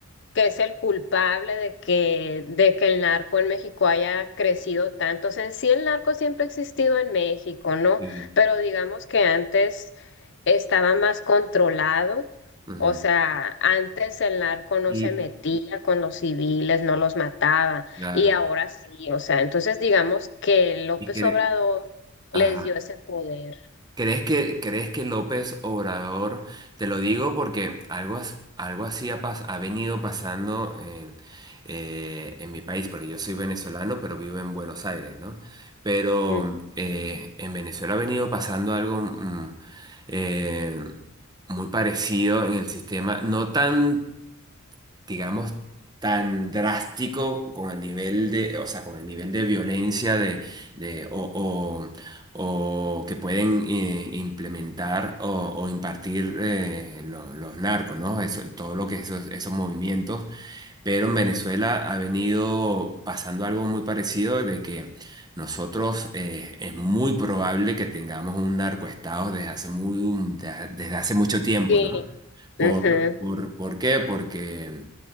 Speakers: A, on the left (about 55°); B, on the right (about 20°).
A: que es el culpable de que, de que el narco en México haya crecido tanto. O sea, en sí el narco siempre ha existido en México, ¿no?
B: Sí.
A: Pero digamos que antes estaba más controlado.
B: ujú.
A: O sea, antes el narco no
B: Y,
A: se metía con los civiles, no los mataba,
B: claro,
A: y ahora sí. O sea, entonces digamos que López
B: y cre-
A: Obrador
B: ajá.
A: les dio ese poder.
B: ¿Crees que, crees que López Obrador, te lo digo porque algo, as- algo así ha, pas- ha venido pasando en, eh, en mi país, porque yo soy venezolano, pero vivo en Buenos Aires, ¿no? Pero
A: Ujú.
B: eh, en Venezuela ha venido pasando algo mm, eh, muy parecido en el sistema, no tan digamos, tan drástico con el nivel de, o sea, con el nivel de violencia de, de- o, o- o que pueden eh, implementar o, o impartir eh, lo- los narcos, ¿no? Eso, todo lo que esos, esos movimientos. Pero en Venezuela ha venido pasando algo muy parecido de que nosotros eh, es muy probable que tengamos un narcoestado desde hace muy, desde hace mucho tiempo,
A: Sí.
B: ¿no? ¿Por,
A: Ujú,
B: por, por qué? Porque